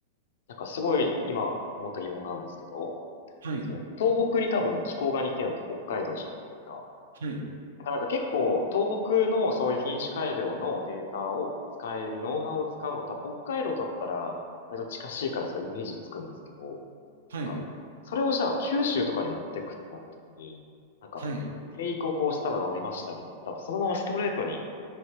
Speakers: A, on the left; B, on the right.
A: なんかすごい今思った疑問なんですけど、
B: はい、
A: その東北に多分気候が似てるのって北海道じゃないですか。
B: はい、
A: なんかなんか結構東北のそういう品種改良のデータを使える、ノウハウを使うの多分北海道だったら割と近しいからそのイメージつくんですけど、なん
B: はい、
A: かそれをじゃあ九州とかに持ってくってなった時に、なんか生育をこうしたら伸びましたみたいな、
B: はい。
A: 多分そのままストレートに